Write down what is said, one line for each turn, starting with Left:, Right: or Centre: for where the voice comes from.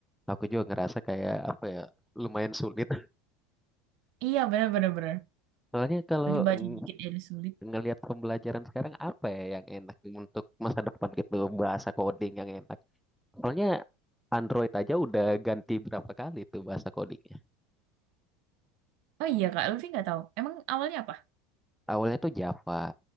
Centre: aku juga ngerasa kayak apa ya lumayan sulit.
Right: Iya bener-bener. Bener. bener, bener.
Centre: Soalnya kalau
Right: Jadi baca
Centre: ng-
Right: dikit dari sulit.
Centre: ngelihat pembelajaran sekarang apa ya yang enak untuk masa depan gitu bahasa coding yang enak. Soalnya Android aja udah ganti berapa kali tuh bahasa codingnya.
Right: Oh iya Kak, Luffy nggak tahu. Emang awalnya apa?
Centre: Awalnya tuh Java,